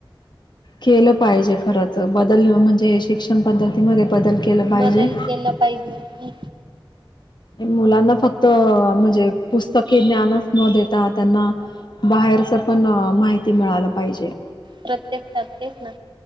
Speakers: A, on the left (about 55°); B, on the right (about 60°).
A: केलं पाहिजे खरच बदल म्हणजे शिक्षण पद्धतीमध्ये बदल केलं पाहिजे
B: बदल केला पाहिजे
A: मुलांना फक्त म्हणजे पुस्तके ज्ानच न देता त्यांना बाहेर पण माहिती मिळालं पाहिजे
B: प्रत्येकात तेच ना